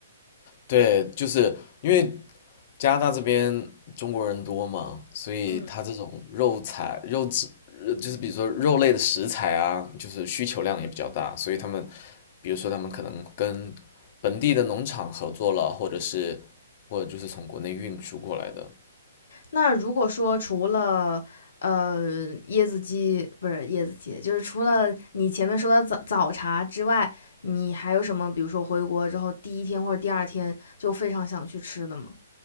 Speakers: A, on the left; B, on the left.
A: 对，就是因为加拿大这边中国人多嘛，所以他这种肉材、
B: 嗯。
A: 肉质，呃就是比如说肉类的食材啊，就是需求量也比较大，所以他们，比如说他们可能跟本地的农场合作了，或者是或者就是从国内运输过来的
B: 那如果说除了呃椰子鸡不是椰子鸡，就是除了你前面说的早早茶之外，你还有什么？比如说回国之后第一天或者第二天就非常想去吃的吗？